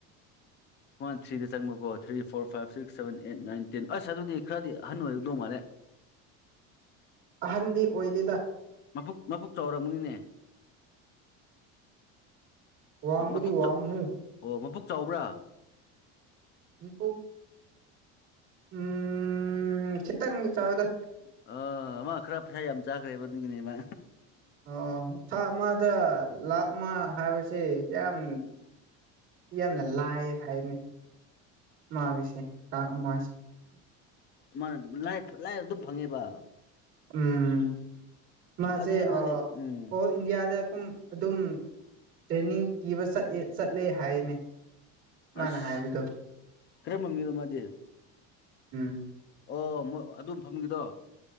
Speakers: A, on the right (about 40°); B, on the left (about 30°).
A: <unintelligible>
B: ꯃꯥ ꯊ꯭ꯔꯤꯗ ꯆꯪꯕꯀꯣ three four five six seven eight nine ten ꯑꯁ ꯑꯗꯨꯗꯤ ꯈꯔꯗꯤ ꯑꯟ ꯑꯣꯏꯔꯗꯧ ꯃꯥꯜꯂꯦ
A: ꯑꯍꯟꯗꯤ ꯑꯣꯏꯔꯤꯦꯗ
B: ꯃꯄꯛ ꯃꯄꯨꯛ ꯆꯥꯎꯔꯃꯅꯤꯅꯦ
A: ꯋꯥꯡꯕꯨꯗꯤ
B: ꯃ
A: ꯋꯥꯡꯉꯦꯍꯦ
B: ꯑꯣ ꯃꯕꯨꯛ ꯆꯥꯎꯕ꯭ꯔꯥ
A: ꯏꯀꯣ ꯎꯝ ꯈꯤꯇꯪꯗꯤ ꯆꯥꯎꯕꯗ
B: ꯑ ꯑꯃ ꯈꯔ ꯄꯩꯁꯥ ꯌꯥꯝ ꯆꯥꯈ꯭ꯔꯦꯕ ꯑꯗꯨꯒꯤꯅꯦꯕ
A: ꯑꯣ ꯊꯥ ꯑꯃꯗ ꯂꯥꯥꯛ ꯑꯃ ꯍꯥꯏꯕꯁꯦ ꯌꯥꯝ ꯌꯥꯝꯅ ꯂꯥꯏ ꯍꯥꯏꯅꯤ ꯃꯥꯒꯤꯁꯦ ꯇꯥꯡ ꯑꯃ
B: ꯅ ꯂꯥꯏ ꯂꯥꯏꯔ ꯑꯗꯨꯝ ꯐꯪꯉꯦꯕ
A: ꯎꯝ ꯃꯥꯁꯦ
B: ꯑꯗꯨꯗꯤ ꯃꯥꯗꯤ ꯎꯝ
A: ꯑꯣ ꯏꯟꯗꯤꯌꯥꯗ ꯀꯨꯝ ꯑꯗꯨꯝ ꯇ꯭ꯔꯦꯅꯤꯡ ꯄꯤꯕ ꯆꯑꯦ ꯆꯠꯂꯦ ꯍꯥꯏꯅ ꯃꯥꯅ
B: ꯑꯁ
A: ꯍꯥꯏꯕꯗꯣ
B: ꯀꯔꯝꯕ ꯃꯤꯔꯣ ꯃꯥꯗꯤ
A: ꯎꯝ
B: ꯑꯣ ꯃꯣꯏ ꯑꯗꯨꯝ ꯐꯪꯈꯤꯗꯣ